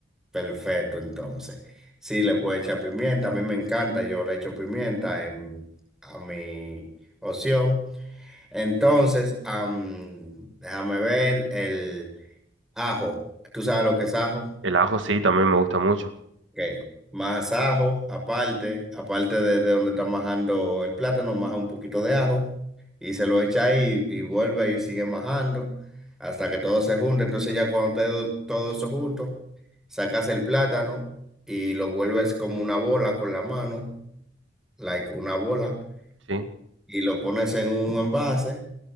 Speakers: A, in the centre; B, on the right (about 80°).
A: Perfecto, entonces. Sí, le puedes echar pimienta, a mí me encanta, yo le echo pimienta en, a mi opción. Entonces, am, déjame ver el... Ajo, ¿tú sabes lo que es ajo?
B: El ajo sí, también me gusta mucho.
A: Ok, más ajo, aparte, aparte de, de donde está majando el plátano, maja un poquito de ajo y se lo echa ahí y vuelve y sigue majando hasta que todo se junte. Entonces ya cuando esté do- todo eso junto, sacas el plátano y lo vuelves como una bola con la mano, like una bola,
B: Sí.
A: y lo pones en un envase.